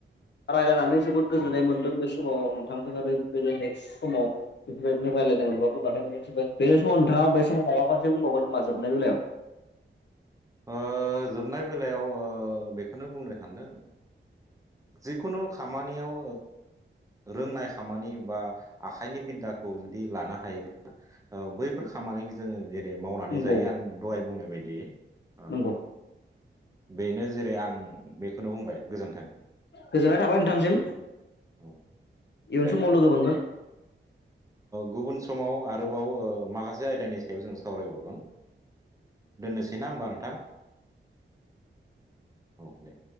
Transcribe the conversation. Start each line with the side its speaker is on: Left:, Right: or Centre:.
Left: राय्लायनानै जोबोद गोजोननाय
Right: उम
Left: मोनदों बेस समाव नोंथांजों आरो बेफोरनो नेक्स्ट समाव बेफोरबायदिनो रायज्लायनो मोनबावगोन होननानै मिजिंथिबाय बे समाव नोंथाङा बे समाव माबा मोनसे बुंबावगोन नामा जोबनाय बेलायाव
Right: ओ जोबनाय बेलायाव बेखौनो बुंनो सानदों जिखुनु खामानियाव रोंनाय खामानि बा आखाइनि बिद्दा खौ जुदि लानो हायोब्ला बैफोर खामानिखौ जोङो जेरै मावनानै
Left: नंगौ
Right: जायो आं दहाय बुंनाय बायदि ओ
Left: नंगौ
Right: बेनो जेरै आं बेखौनो बुंबाय गोजोन्थों
Left: गोजोननाय थाबाय नोंथांसिम
Right: औ
Left: इन
Right: दे
Left: समाव लोगो मोनगोन
Right: गुबुन समाव आरोबाव माखासे आयदानि सायाव जों सावरायबावगोन दोननोसै ना होमबा नोंथां औ दे